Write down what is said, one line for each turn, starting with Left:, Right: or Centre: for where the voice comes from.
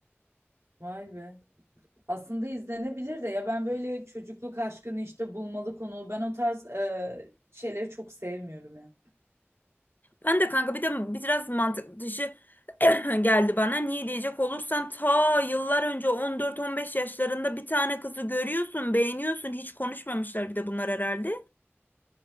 Right: Vay be. Aslında izlenebilir de ya ben böyle çocukluk aşkını işte bulmalı konu. Ben o tarz e, şeyleri çok sevmiyorum ya.
Left: Ben de kanka bir de biraz mantık dışı <clears throat> geldi bana. Niye diyecek olursan ta yıllar önce 14-15 yaşlarında bir tane kızı görüyorsun, beğeniyorsun. Hiç konuşmamışlar bir de bunlar herhalde.